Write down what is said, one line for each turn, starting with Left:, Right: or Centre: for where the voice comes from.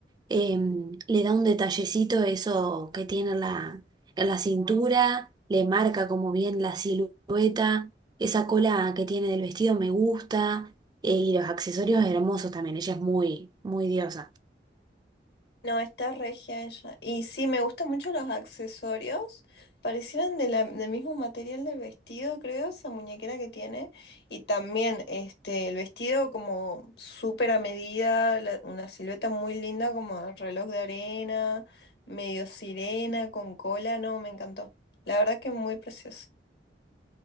Right: em, le da un detallecito eso que tiene en la, en la cintura, le marca como bien la silueta, esa cola que tiene del vestido me gusta, eh, y los accesorios hermosos también, ella es muy, muy diosa.
Left: No, está regia ella. Y sí, me gustan mucho los accesorios. Parecieran de la- del mismo material del vestido, creo, esa muñequera que tiene. Y también este, el vestido como súper a medida, la- una silueta muy linda como reloj de arena, medio sirena, con cola. No, me encantó. La verdad que muy precioso.